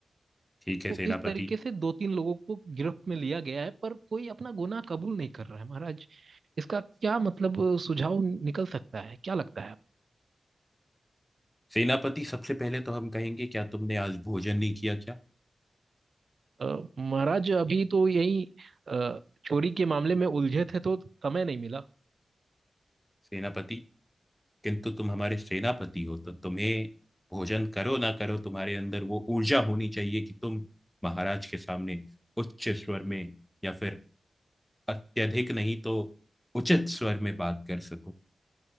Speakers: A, in the centre; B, on the right.
A: ठीक है
B: तो
A: सेनापति
B: इस तरीके से दो तीन लोगों को गिरफ्त में लिया गया है पर कोई अपना गुनाह कबूल नहीं कर रहा है महाराज इसका क्या मतलब अ, सुझाव निकल सकता है क्या लगता है
A: सेनापति सबसे पहले तो हम कहेंगे क्या तुमने आज भोजन नहीं किया क्या
B: अ, महाराज अभी तो यही अ, चोरी के मामले में उलझे थे तो समय नहीं मिला
A: सेनापति किंतु तुम हमारे सेनापति हो तो तुम्हें भोजन करो ना करो तुम्हारे अंदर वो ऊर्जा होनी चाहिए कि तुम महाराज के सामने उच्च स्वर में या फिर अत्यधिक नहीं तो उचित स्वर में बात कर सको